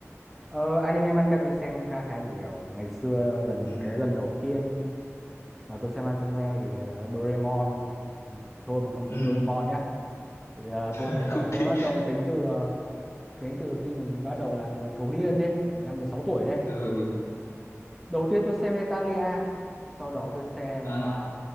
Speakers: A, in the centre; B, on the left.
A: ờ, anime manga tôi xem khá khá nhiều. Ngày xưa lần
B: ừ
A: cái lần đầu tiên mà tôi xem anime thì ờ, Doraemon thôi mình không
B: ừ
A: tính Doraemon nhá thì, ờ, tôi
B: <laughs>
A: đã bắt
B: không
A: đầu
B: thích
A: tôi bắt đầu tính từ ờ, tính từ khi mình bắt đầu làm thiếu niên đi 15 16 tuổi đi
B: ừ ừ.
A: đầu tiên tôi xem Hetalia sau đó tôi xem
B: à
A: ờ,